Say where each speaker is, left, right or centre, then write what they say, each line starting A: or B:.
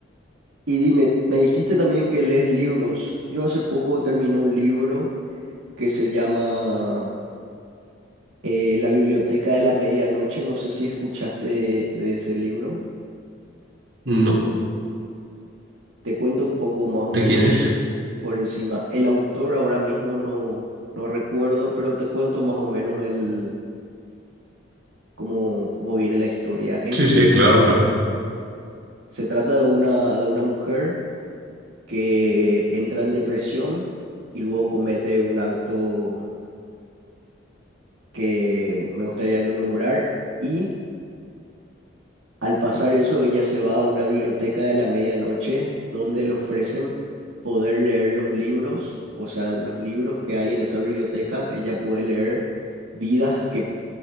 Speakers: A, on the right; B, on the right.
A: Y dime, me dijiste también que lees libros. Yo hace poco terminé un libro que se llama eh, La Biblioteca de la Medianoche. No sé si escuchaste de, de ese libro.
B: No.
A: Te cuento un poco más o
B: ¿De
A: menos
B: quién es?
A: por encima. El autor ahora mismo no, no recuerdo, pero te cuento más o menos el, cómo, cómo viene la historia. Es
B: Sí,
A: de
B: sí,
A: una,
B: claro, claro.
A: se trata de una, de una mujer que entra en depresión y luego comete un acto que me gustaría no nombrar y al pasar eso ella se va a una biblioteca de la medianoche donde le ofrecen poder leer los libros, o sea, los libros que hay en esa biblioteca, ella puede leer vidas que